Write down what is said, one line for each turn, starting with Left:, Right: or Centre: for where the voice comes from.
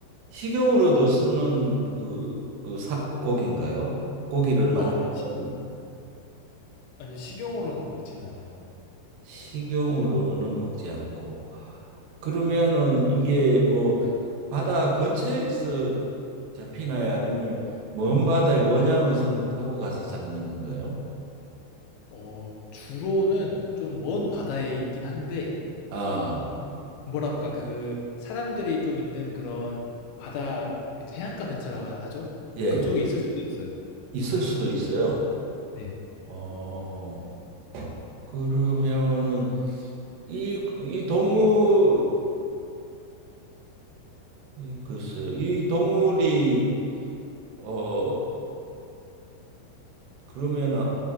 Right: 식용으로도 쓰는 그, 그 사, 고기인가요? 고기를 만드는
Left: 어, 아니요, 시- 아니요, 식용으로는 먹진 않아요.
Right: 식용으로는 먹지 않고 그러면은 이게 뭐 바다 근처에서 잡히나요? 아니면 먼 바다의 원양어선을 타고 가서 잡는 건가요?
Left: 어, 주로는 좀 먼 바다에 있긴 한데,
Right: 아,
Left: 뭐- 뭐랄까 그 사람들이 좀 있는 그런 바다 이제 해안가 근처라고 하- 하죠?
Right: 예,
Left: 그쪽에 있을 수도 있어요.
Right: 있을 수도 있어요.
Left: 네.
Right: 어, 그러면은 이, 이 동물, 이, 글쎄요, 이 동물이 어, 어 그러면은